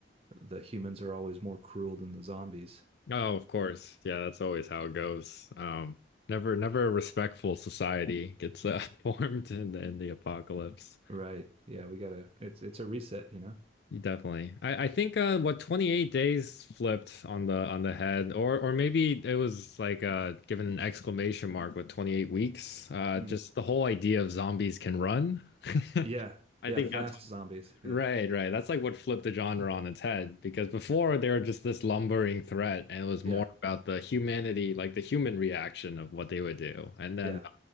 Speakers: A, on the right; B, on the left.
A: the humans are always more cruel than the zombies.
B: Oh, of course. Yeah, that's always how it goes. Um, never, never a respectful society gets uh, <laughs> formed in the, in the apocalypse.
A: Right. Yeah, we gotta it's it's a reset, you know?
B: You Definitely. I, I think uh what 28 days flipped on the on the head or or maybe it was like uh given an exclamation mark with 28 weeks. Uh
A: Mm.
B: just the whole idea of zombies can run. <laughs>
A: Yeah.
B: I
A: Yeah,
B: think
A: fast
B: that's what,
A: zombies. Yeah.
B: right, right. That's like what flipped the genre on its head because before they were just this lumbering threat and it was
A: Yeah.
B: more about the humanity, like the human reaction of what they would do. And then
A: Yeah.